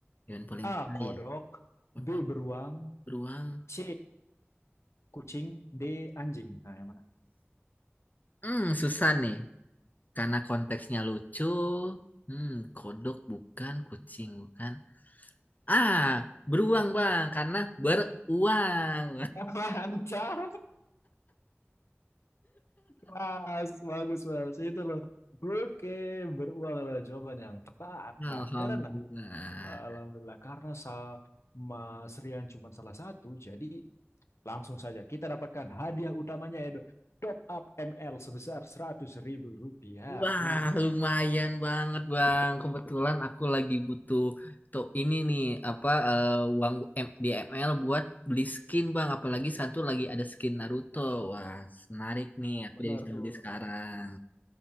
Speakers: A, on the left; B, on the left.
A: Yang paling
B: A.
A: kaya,
B: Kodok, B.
A: pondok
B: Beruang,
A: beruang.
B: C. Kucing, D. Anjing. Nah, yang mana?
A: Hmm, susah nih, karena konteksnya lucu. Hmm, kodok bukan, kucing bukan. Ah, beruang bang, karena beruang.
B: <laughs> Mantap, Mas. Bagus, Mas. Itu loh. Oke, beruang adalah jawaban yang tepat.
A: Alhamdulillah.
B: Nah, karena, Alhamdulillah, karena sa Mas Rian cuma salah satu, jadi langsung saja kita dapatkan hadiah utamanya yaitu top up ML sebesar seratus ribu rupiah
A: Wah,
B: untuk
A: lumayan banget, Bang. Kebetulan aku lagi butuh tuh ini nih apa eh, uang M- di ML buat beli skin, Bang. Apalagi satu lagi ada skin Naruto. Wah, menarik nih.
B: Wah,
A: Aku
B: benar
A: jadi bisa
B: tuh.
A: beli sekarang.